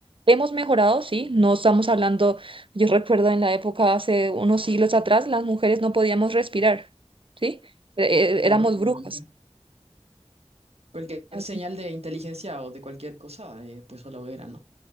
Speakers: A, on the right; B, on the right.
A: Hemos mejorado, sí, no estamos hablando yo recuerdo en la época, hace unos siglos atrás, las mujeres no podíamos respirar, ¿sí? E- e-
B: Claro,
A: éramos
B: obviamente.
A: brujas.
B: Cualquier
A: así.
B: señal de inteligencia o de cualquier cosa, eh, pues a la hoguera, ¿no?